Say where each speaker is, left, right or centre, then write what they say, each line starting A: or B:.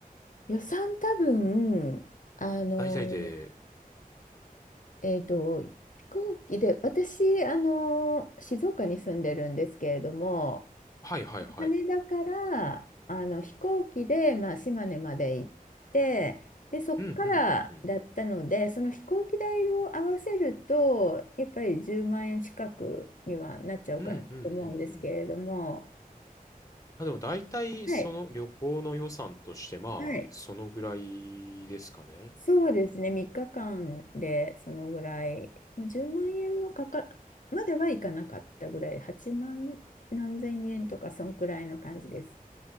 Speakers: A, on the left (about 55°); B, on the left (about 20°).
A: 予算多分、あの
B: 大体で、
A: えっと、飛行機で、私、あの、静岡に住んでるんですけれども、
B: はいはいはい。
A: 羽田から、あの、飛行機で、まあ、島根まで行って、で、そっからだったので、
B: うん、うん、うん、うん。
A: その飛行機代を合わせると、やっぱり10万円近くにはなっちゃうかなと思うんですけれども、
B: うん、うん、うん、うん、うん。うんまあでも大体その旅行の予算としてまあ、
A: はい、はい。
B: そのぐらいですかね。
A: そうですね、3日間でそのぐらい、まあ、10万円もかか、まではいかなかったぐらい、8万何千円とか、そんくらいの感じです。